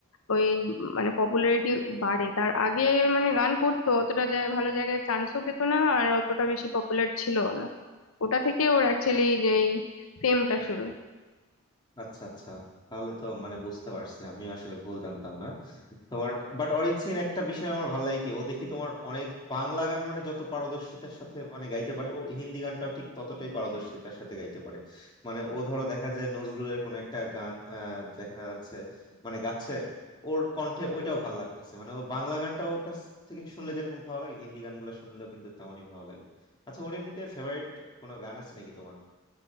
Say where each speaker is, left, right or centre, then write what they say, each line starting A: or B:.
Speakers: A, on the left; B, on the left.
A: ওই মানে পপুলারিটি বাড়ে তার আগে মানে গান করতো অতটা জায়গায় ভালো জায়গায় চান্সও পেতো না আর অতটা বেশি পপুলার ছিল না ওটা থেকে ওর অ্যাকচুয়ালি যে ফেমটা শুরু
B: আচ্ছা আচ্ছা তাহলে তো মানে বুঝতে পারছি আমি আসলে ভুল জানতাম না তোমার বাট অরিজিন একটা বিষয় আমার ভালো লাগে কি ও দেখি তোমার অনেক বাংলা গান মানে যত পারদর্শিতার সাথে মানে গাইতে পারে ও হিন্দি গানটাও ঠিক ততটাই পারদর্শিতার সাথে গাইতে পারে মানে ও ধরো দেখা যায় নজরুলের কোন একটা গান আহ, দেখা যাচ্ছে মানে গাচ্ছে ওর কণ্ঠে ওইটাও ভালো লাগতেছে মানে ও বাংলা গানটাও ওর কাছ থেকে শুনলে যেরকম ভালো লাগে হিন্দি গানগুলো শুনলেও কিন্তু তেমনই ভালো লাগে আচ্ছা ওর এমনিতে ফেভারিট কোনো গান আছে নাকি তোমার